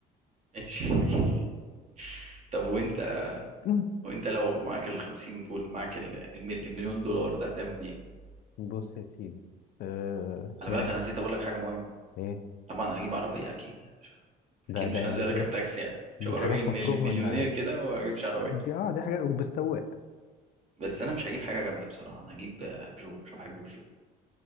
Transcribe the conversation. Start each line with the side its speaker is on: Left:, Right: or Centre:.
Right: <laughs> ماشي ماشي طب وانت
Left: <laughs>
Right: وانت لو معاك ال 50 دول معاك ال- المليون دولار ده هتعمل بيه ايه؟
Left: بص يا سيدي آه
Right: خلي
Left: يعني
Right: بالك انا نسيت اقول لك حاجه مهمه
Left: ايه
Right: طبعا هجيب عربية أكيد يعني مش-
Left: ده
Right: أكيد
Left: ده
Right: مش
Left: يعني
Right: هنزل أركب
Left: دي
Right: تاكسي يعني
Left: دي
Right: مش هبقى
Left: حاجات
Right: راجل ملي-
Left: مفروغ
Right: مليونير
Left: منها
Right: كده وما أجيبش عربية
Left: دي اه دي حاجات وبالسواق
Right: بس أنا مش هجيب حاجة جامدة بصراحة أنا هجيب آه، بيجو عشان بحب البيجو